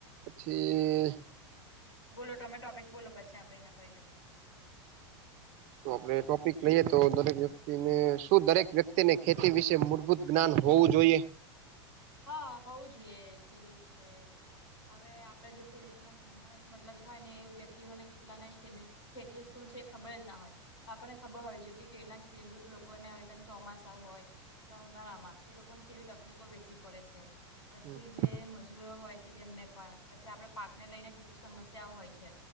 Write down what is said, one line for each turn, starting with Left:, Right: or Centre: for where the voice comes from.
Right: પછી
Left: બોલો તમે ટોપિક બોલો પછી આપડે એના પર કરીએ
Right: તો આપે ટોપિક લઈએ તો દરેક વ્યક્તિને શું દરેક વ્યક્તિને ખેતી વિશે મૂળભૂત જ્ઞાન હોવું જોઈએ.
Left: હા હોવું જોઈએ ખેતી વિશે હવે આપડે જો <inaudible> એમના જ મતલબ બધાયને એ વ્યક્તિ હો ને કેટલાને ખેતી શું છે ખબર જ ના હોય આપણને ખબર હોય છે કે કેટલાક ખેડૂત લોકોને હવે તા ચોમાસા હોય અથવા ઉનાળામાં તે લોકોને કેવી તકલીફો વે પડે છે પછી
Right: હમ
Left: જે મજૂરો હોય છે તેમને પણ પછી આપડે પાક ને લઈને કેટલી સમસ્યા હોય છે.